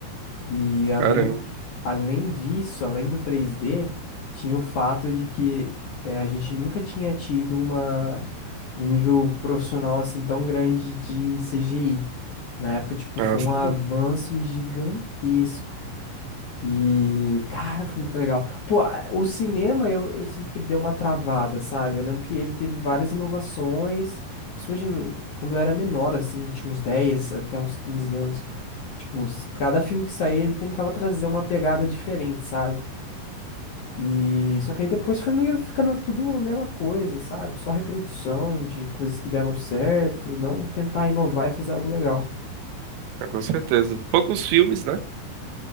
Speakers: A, on the left; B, on the right.
A: E além,
B: Caramba.
A: além disso, além do 3D, tinha o fato de que eh, a gente nunca tinha tido uma, um nível profissional assim tão grande de CGI. Na época, tipo,
B: Nossa,
A: foi um
B: tem-
A: avanço gigantesco. E, cara, foi muito legal. Pô, a- o cinema eu, eu sinto que deu uma travada, sabe? Eu lembro que ele teve várias inovações, principalmente n- quando eu era menor, assim, tinha uns 10 até uns 15 anos. Tipo, os- cada filme que saía, ele tentava trazer uma pegada diferente, sabe? E só que aí depois foi meio ficando tudo a mesma coisa, sabe? Só reprodução de coisas que deram certo, não tentar inovar e fazer algo legal.
B: é, com certeza. Poucos filmes, né,